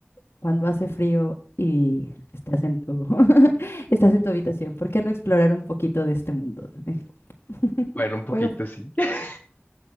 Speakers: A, on the left (about 60°); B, on the left (about 35°).
A: cuando hace frío y estás en tu, <laughs> estás en tu habitación. ¿Por qué no explorar un poquito de este mundo? <laughs>
B: Bueno, un poquito
A: Bueno,
B: sí. <laughs>